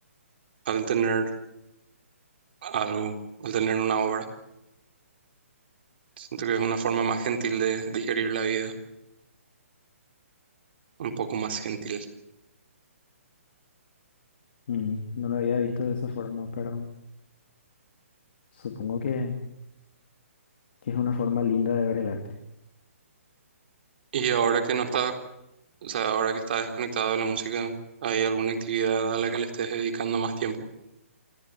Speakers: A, on the right (about 45°); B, on the left (about 45°).
A: al tener algo, al tener una obra. Siento que es una forma más gentil de digerir la vida, un poco más gentil.
B: Mm, no lo había visto de esa forma, pero supongo que, que es una forma linda de ver el arte.
A: Y ahora que no Bueno, O sea, ahora que estás desconectado de la música, ¿hay alguna actividad a la que le estés dedicando más tiempo?